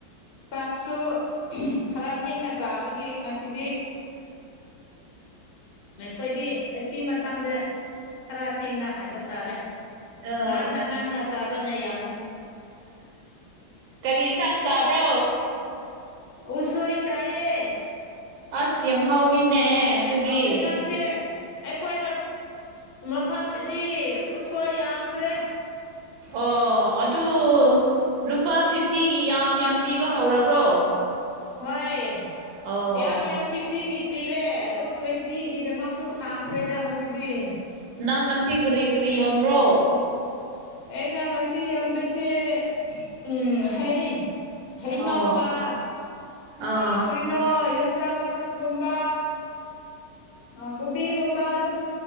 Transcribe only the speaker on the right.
ꯑ
ꯀꯔꯤ ꯏꯟꯁꯥꯡ ꯆꯥꯕ꯭ꯔꯣ
ꯑꯁ ꯌꯥꯝ ꯍꯥꯎꯅꯤꯅꯦ ꯑꯗꯨꯗꯤ
ꯑꯣ ꯑꯗꯨ ꯂꯨꯄꯥ ꯐꯤꯐꯇꯤꯒꯤ ꯌꯥꯝ ꯌꯥꯝ ꯄꯤꯕ ꯍꯧꯔꯕ꯭ꯔꯣ
ꯑꯣ
ꯅꯪ ꯉꯁꯤ ꯀꯔꯤ ꯀꯔꯤ ꯌꯣꯟꯕ꯭ꯔꯣ
ꯑꯣ ꯑꯣ